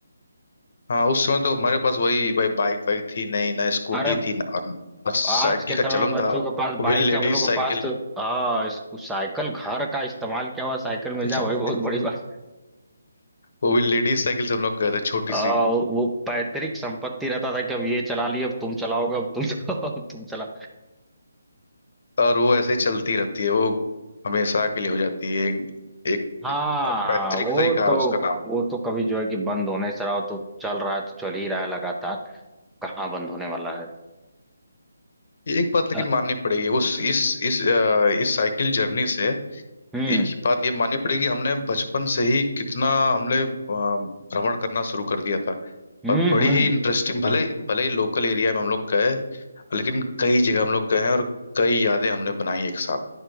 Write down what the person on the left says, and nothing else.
हाँ उस समय तो हमारे पास वही भाई बाइक वाइक थी नहीं ना स्कूटी
थी ना और ना साइकिल
का
चलन
था
वो भी लेडीज
साइकिल
<laughs>
वो भी लेडीज साइकिल से हम लोग गए थे छोटी
सी
और वो ऐसे ही चलती रहती है वो हमेशा के लिए हो जाती है एक एक
पैतृक
ही का
उसका नाम
एक बात लेकिन
माननी पड़ेगी उस इस इस अ, इस साइकिल जर्नी से
एक ही बात ये माननी पड़ेगी हमने बचपन से ही कितना हमने अ, भ्रमण करना शुरू कर दिया था
और बड़ी
ही इंटरेस्टिंग भले भले ही लोकल एरिया में हम लोग गए लेकिन कई जगह हम लोग गए हैं और कई यादें हमने बनाई एक साथ